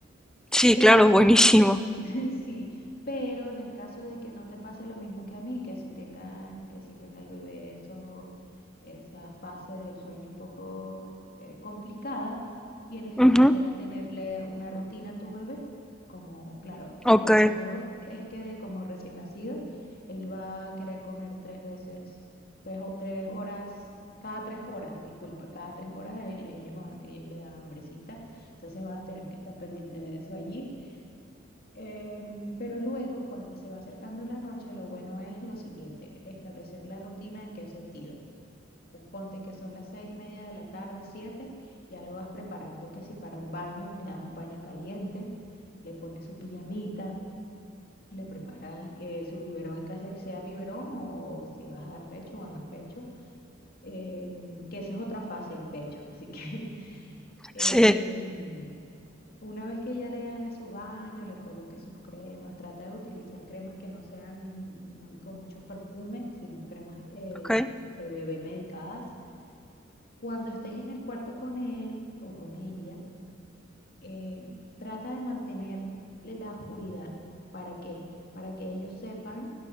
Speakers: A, in the centre; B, on the left.
A: sí,
B: Pero
A: claro, buenísimo.
B: <laughs> Sí, pero en el caso de que no te pase lo mismo que a mí, que si tenga, que si tenga el bebé eso, esa fase del sueño un poco eh, complicada, tienes que
A: Ujú,
B: aprender a tenerle una rutina a tu bebé. Como, claro,
A: Ok,
B: lo primero es que como recién nacido, él va a querer comer tres veces, tres, ho- tres horas, cada tres horas, disculpa, cada tres horas eh, ellos, van- ellos le dan hambrecita, entonces vas a tener que estar pendiente de eso allí Em, pero luego, cuando se va acercando la noche, lo bueno es lo siguiente, establecer la rutina en qué sentido. Tú Ponte que son las seis y media de la tarde, siete, ya lo vas preparando que si para un baño, le das un baño caliente, le pones su pijamita, le preparas eh, su biberón en caso de que sea biberón o, si vas a dar pecho, bueno, pecho, em, que esa es otra fase, el pecho, así que... <laughs> em,
A: sí,
B: una vez que ya le haga su baño, le coloque sus cremas, trata de utilizar cremas que no sean muy, con mucho perfume, sino cremas eh,
A: ok.
B: de bebé medicadas. Cuando estés en el cuarto con él o con ella, eh, trata de mantener la oscuridad. ¿Para qué? Para que ellos sepan,